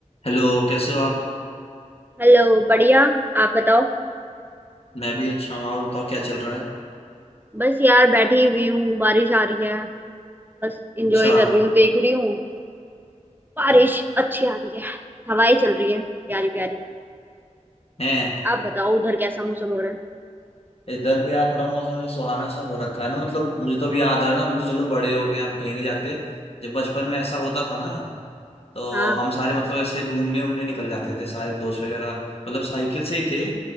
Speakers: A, on the left (about 50°); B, on the right (about 15°).
A: Hello कैसे हो आप
B: Hello बढ़िया आप बताओ
A: मैं भी अच्छा हूँ आप बताओ क्या चल रहा है
B: बस यार बैठी हुई हूँ बारिश आ रही है बस एंजॉय
A: अच्छा
B: कर रही हूँ देख रही हूँ बारिश अच्छी आ रही है हवाएं चल रही हैं प्यारी प्यारी
A: है
B: आप बताओ उधर कैसा मौसम हो रहा है
A: इधर भी यार थोड़ा मौसम ऐसे सुहाना सा हो रखा है ना मतलब मुझे तो अभी याद आ रहा है ना अभी तो चलो बड़े हो गए अब कहीं नहीं जाते जब बचपन में ऐसा होता था ना तो
B: हाँ
A: हम सारे मतलब ऐसे घूमने उमने निकल जाते थे सारे दोस्त वगैरह मतलब साइकिल से ही थे